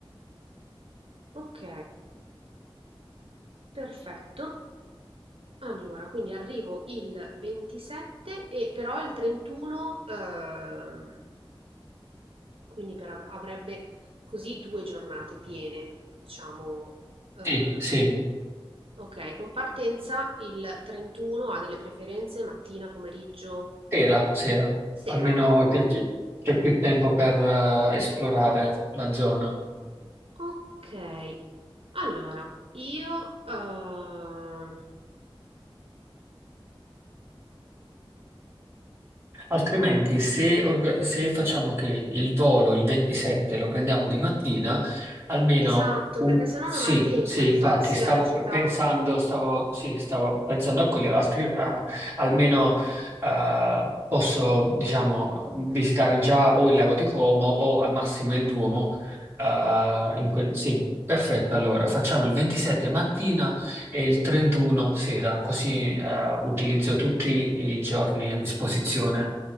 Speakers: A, on the right; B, on the right.
A: ok, perfetto. Allora, quindi arrivo il 27 e però il 31, ehm, quindi per- avrebbe così due giornate piene, diciamo. eh,
B: Sì, sì.
A: ok, con partenza il 31 ha delle preferenze mattina, pomeriggio,
B: Sera, sera,
A: sera.
B: almeno che- che- c'è più tempo per eh, esplorare la zona.
A: Ok, allora io... ehm,
B: Altrimenti, se, orga- se facciamo che il volo il 27 lo prendiamo di mattina, almeno
A: esatto,
B: u-
A: perché sennò
B: sì,
A: non ha tempo
B: sì,
A: di
B: infatti
A: fare sia
B: stavo
A: la gita...
B: p- pensando, stavo, sì, stavo pensando a quello, altri- a- almeno eh, posso, diciamo, visitare già o il lago di Como o al massimo il Duomo. eh, in quel- sì, perfetto. Allora facciamo il 27 mattina e il 31 sera, così eh, utilizzo tutti i giorni a disposizione.